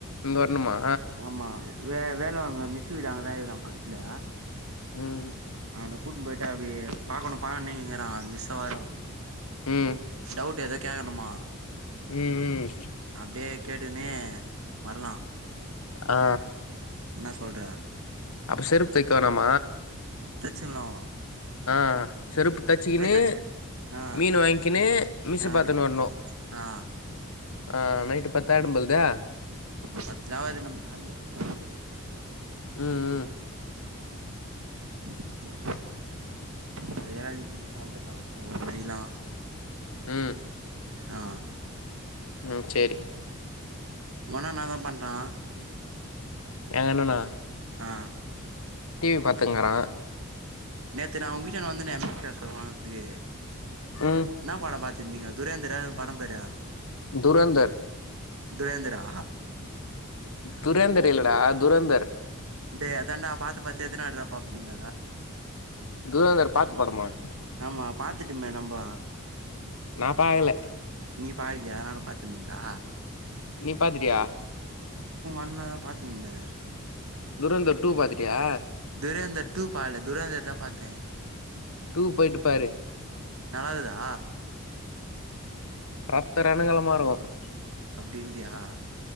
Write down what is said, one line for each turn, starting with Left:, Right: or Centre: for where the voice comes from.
Left: இங்க வரணுமா
Right: ஆமா வே வேலவாங்குற மிஸ் வீடு அங்கதா இருக்குதா பக்கத்துல
Left: ம்
Right: அவ்ன கூட்ன்ட்டு போயிட்டா அப்டி பாக்கணு பாக்கனு ங்கிற மிஸ்ஸவேரோ
Left: ம்
Right: டவுட்டு ஏதோ கேக்கணுமா
Left: ம் ம்
Right: அப்டியே கேட்டுகின்னே வரலா
Left: ஆ
Right: என்ன சொல்ற
Left: அப் செருப் தைக்க வோணாம
Right: சில்லா
Left: ஆ ஆ செருப்பு தச்சிக்கின்னு
Right: தச்சு ஆ
Left: மீன் வாங்கிக்கின்னு மிஸ்ஸு
Right: ஆ
Left: பாத்துன்னு வரணு
Right: ஆ
Left: ஆ நைட்டு் பத்தாயிடும்பல்தே
Right: பத்ல ஆவாது நம்ம கால்லே கழ <inaudible>
Left: ம் ம்
Right: <unintelligible> வந்துடலா <unintelligible> மணிலா
Left: ம்
Right: ஆ
Left: ம் செரி
Right: உங்கண்ண என்னாதா பண்றா
Left: எங்க அண்ணனா
Right: ஆ
Left: டிவி பாத்துங்கிறா
Right: நேத்து நான் உங்க வீட்டான்ட வந்தனே <unintelligible> வாங்க்ரதுகு
Left: ம்
Right: என்னா பட பாத் பாத்திந்திங்க துரேந்திரா அந்த படம் பேரு
Left: துரேந்தர்
Right: துரேந்திர்ரா
Left: துரேந்தர் இல்லடா துரந்தர்
Right: டே அதாண்டா பாத்து பாத்து எத்தினி வார்ட்டிடா பாப்பீங்க
Left: துரேந்தர் பாத்த படமா
Right: ஆமா பாத்துட்டுமே நம்ப
Left: நா பாகல்ல
Right: நீ பாகலையா அதனால பாத்திந்தீங்களா
Left: நீ பாத்திடியா
Right: நான்தா பாத்துந்தே
Left: துரேந்தர் டூ பாத்துட்டியா
Right: துரேந்தர் டூ பாக்கல துரேந்தர் தா பாத்தே
Left: டூ போய்ட்டு பாரு
Right: நல்லாக்தா
Left: இரத்த இரனங்களமா இருக்கு
Right: அப்டின்றியா